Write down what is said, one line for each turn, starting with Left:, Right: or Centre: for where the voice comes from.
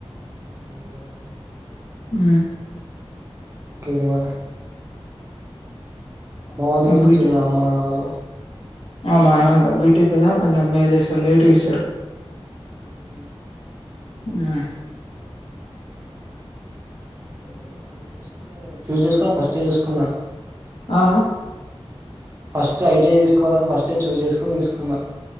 Right: అహ మే లోన
Left: హమ్
Right: ఇంకేంది మరి అమ్మ వాళ్ళు
Left: హమ్
Right: గిట్ల
Left: బీటెక్
Right: ఎట్లున్నారు అమ్మ నాన్న వాళ్ళు
Left: ఆ బానే ఉన్న బీటెక్ కదా కొంచెం మేలో ఇస్తారు లేట్గా ఇస్తారు
Right: హుమ్మ్
Left: హమ్
Right: అదే మరి అందుకోసం నేను చూస్ చేసుకున్నా ఫస్ట్ చూసుకున్నా
Left: ఆ
Right: ఫస్ట్ ఐటీ తీసుకోవాలని ఫస్ట్ చూస్ చేసుకొని తీసుకున్నా